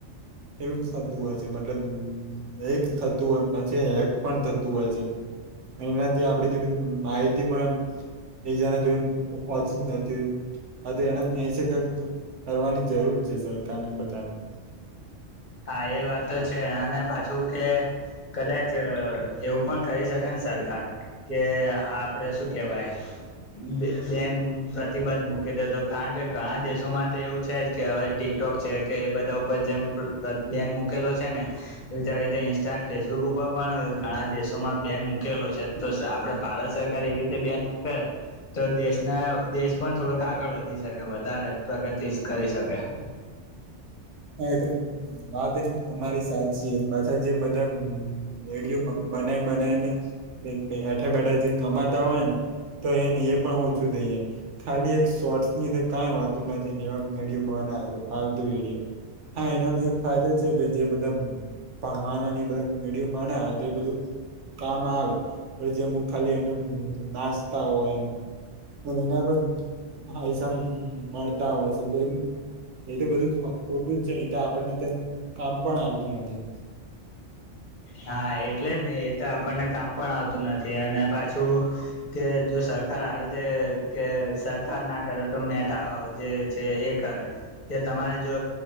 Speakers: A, on the right (about 75°); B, on the left (about 40°).
A: એવું જ સધું હોય છે મતલબ. એક થતું હોય પછી હેક પણ થતું હોય છે. એનાથી આપડી જે બધી માહિતી પણ એમ એજાને જોઇ પોચી જ નતી હોય. હ તો એને મેઇશે કઇ કરવાની જરૂર છે સરકાર ને એ બધાને.
B: હા એ વાત તો છે અને પાછું કે. કદાચ એવું પણ કરી શકે ને સરકાર. કે આપડે શું કેવાય. બે બેન પ્રતિબંધ મૂકી દ હતો કારણ કે ઘણા દેશોમાં તો એવું છે જ કે હવે. ટિકટોક છે કે એ બધા ઉપર જેમ બન મૂકેલો છે ને. એવી રીતે રીતે ઇન્સ્ટા ફેસબુક ઉપર પણ ઘણા દેશોમાં બેન મૂકેલો છે. તો આપડે ભારત સરકાર એવી રીતે બેન મુકે. તો દેશનાવ દેશ પણ થોડોક આગળ વધી શકે વધારે પ્રગતિ કરી શકે.
A: હા એ તો વાત એમ તમારી સાચી એમ પાછા જે બધા મેડિયુંમમ બનાય બનાઈ ને બેઠા બેઠા જેમ કમાતા હોય ને તો એ ની એ પણ ઓછું થઇ જાય. ખાલી એક શોર્ટસની અંદ કાઈ હોતું નથી ને એવામ વીડિયો બનાવે ત ફાલતુ વિડિયો. હા એનામાં એક ફાયદો છે કે જે બધા ભણવાના ને બધા વીડિયો તે એ બધું કામ આવે પણ જે અમુક ખાલી એમનેમ નાચતા હોયને. અને એના પણ ફાયસામ મળતા હોય છે તો એમ એ તો બધું ખોટું જ છે ન એ તો આપણને ત કામ પણ આવતું નથી.
B: હા એટલે જ ને એ તો આપણને કામ પણ આવતું નથી અને પાછું. કે જો સરકાર આ રીતે કે સરકાર ના કરે તો તો મેટા અ જે છે એ કરે કે તમારે જો